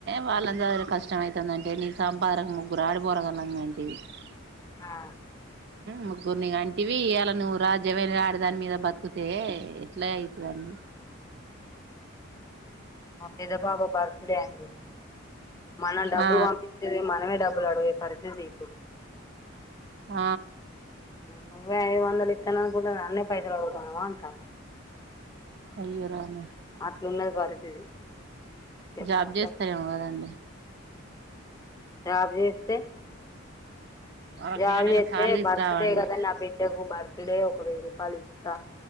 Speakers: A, on the right (about 50°); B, on the left (about 15°).
A: వాళ్ళంద్గ కష్టమవుతుందంటే నీ సంపాదక ముగ్గురు ఆడిపోరగలంటంటి ఆ
B: ఆ
A: ముగ్గురుని అంటివి అలా నువ్వు రాజ్యమైన రా దాని మీద బతుకుతే ఎట్లా అవుతుదండి <inaudible>
B: మా పెద్ద పాప బర్త్ డే అండి మనం డబ్బులు
A: ఆ
B: పంపిచేది మనమే డబ్బు <unintelligible> పరిస్థితి
A: ఆ
B: నువ్వేఐదు వందలి ఇత్తన అ కూడా నన్నే పైసలగుతామా ఉంటా
A: అయ్యో రామ
B: అట్లు ఉన్నది పరిస్థితి చెప్పుకుంటే
A: జాబ్ చేస్తారేమో కదండి
B: జాబ్ చెస్టే
A: వాళ్ళకి
B: జబ్
A: నెల నెల
B: చెస్టే
A: శాలరీస్
B: అయితే బర్త్డేగ
A: రావండి
B: అదా నా బిడ్డకు బర్త ఒక డే ఒక వెయ్యి రూపాయలు ఇస్తా